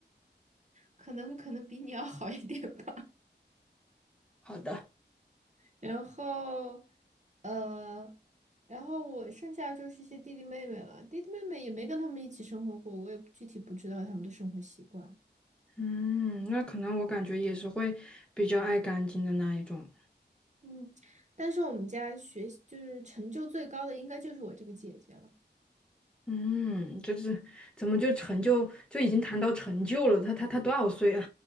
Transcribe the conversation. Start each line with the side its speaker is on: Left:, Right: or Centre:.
Right: 可能可能比你要好一点吧。
Centre: 好的，
Right: 然后，呃，然后我剩下就是一些弟弟妹妹了。弟弟妹妹也没跟他们一起生活过，我也具体不知道他们的生活习惯。
Centre: 嗯，那可能我感觉也是会比较爱干净的那一种。
Right: 嗯，但是我们家学习就是成就最高的，应该就是我这个姐姐了。
Centre: 嗯，就是怎么就成就就已经谈到成就了？他他他多少岁啊？